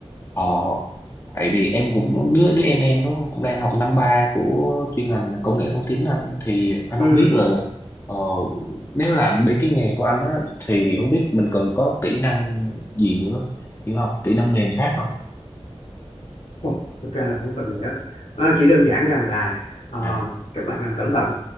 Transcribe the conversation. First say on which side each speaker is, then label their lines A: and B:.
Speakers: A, on the left; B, on the left.
A: ờ tại vì em cũng đứa đứa em em nó cũng đang học năm ba của chuyên ngành là công nghệ thông tin anh thì anh
B: ừ
A: không biết là ờ, nếu làm bên cái nghề của anh á thì không biết mình cần có kỹ năng gì nữa hiểu không kỹ năng mềm khác không
B: Không, thực ra là không cần gì hết Ờ, chỉ đơn giản rằng là ờ,
A: nè
B: các bạn làm cẩn thận